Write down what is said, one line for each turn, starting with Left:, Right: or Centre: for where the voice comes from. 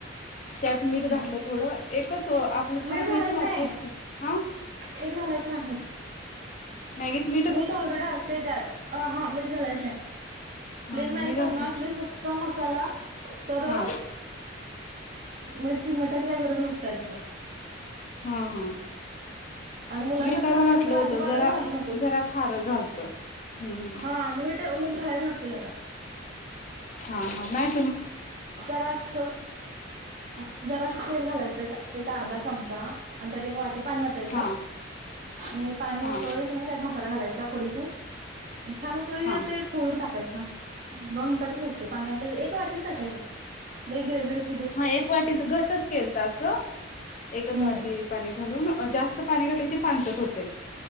Left: त्यात मीठ घातलं
Right: हा
Left: थोडं एकच आपलं चहा
Right: मीठ घालायच
Left: प्याची वाटी
Right: नाही
Left: असती ह
Right: मीठ घालायचं नाही.
Left: मॅगीत मीठ
Right: मीठ ऑलरेडी असते त्यात हा मीठ घालायचं नाही
Left: हा
Right: प्लेन
Left: हा
Right: मल
Left: मी घातलं
Right: करणार असले नुस्त मसाला तर
Left: हा
Right: अ मेट मिठाची काय गरज नसते अजिबात
Left: हा हा
Right: आणि मुलांसाठी
Left: मिर काल
Right: करायलास
Left: घाठल
Right: तर
Left: होत
Right: अजिबातच
Left: जरा
Right: घालू नकोस.
Left: जरा खार झालत हम्म
Right: हा म तर झालायच नसते त्याला
Left: हा हा म
Right: जरा असतो हा जरा अस तेल घालायचं एक अर्धा चमचा आणि त्यात एक वाट ते पाणी वतायाच
Left: हा
Right: आणि पाणी उकळी
Left: हा
Right: क नाही त्यात मसाला घालायचा पुढ ते छान उकळी
Left: हा
Right: ते फोडून टाकायचं दोन मिनटात शिजते पाण्यातले एक वाटीच टाकायचं नाहीग व ग
Left: हा एक वाटीच घटच केलतं असं एकच
Right: हम्म
Left: वाटी पाणी घालून जास्त पाणी घाटल की पांचट होतंय